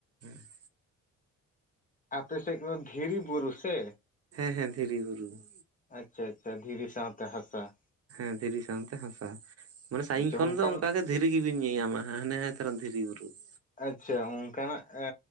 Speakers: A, on the right; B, on the left.
A: <unintelligible>
B: ᱟᱯᱮ ᱥᱮᱫ ᱫᱚ ᱫᱷᱤᱨᱤ ᱵᱩᱨᱩ ᱥᱮ?
A: ᱦᱮᱸ ᱦᱮᱸ ᱫᱷᱤᱨᱤ ᱵᱩᱨᱩ ᱾
B: ᱟᱪᱪᱷᱟ ᱟᱪᱪᱷᱟ ᱫᱷᱤᱨᱤ ᱥᱟᱶᱛᱮ ᱦᱟᱸᱥᱟ ᱾
A: ᱦᱮᱸ ᱫᱷᱤᱨᱤ ᱥᱟᱶᱛᱮ ᱦᱟᱸᱥᱟ ᱢᱟᱱᱮ ᱥᱟᱺᱜᱤᱧ
B: ᱟᱪᱪᱷᱟ
A: ᱠᱷᱚᱱ
B: ᱚᱱᱠᱟᱱ
A: ᱫᱚ ᱚᱱᱠᱟᱜᱮ ᱫᱷᱤᱨᱤ ᱜᱤᱵᱤᱱ ᱧᱮᱞ ᱧᱟᱢᱟ ᱦᱟᱱᱮ ᱛᱚᱨᱟᱱ ᱫᱷᱤᱨᱤ ᱵᱩᱨᱩ ᱾
B: ᱟᱪᱪᱷᱟ ᱚᱱᱠᱟᱱᱟᱜ ᱮ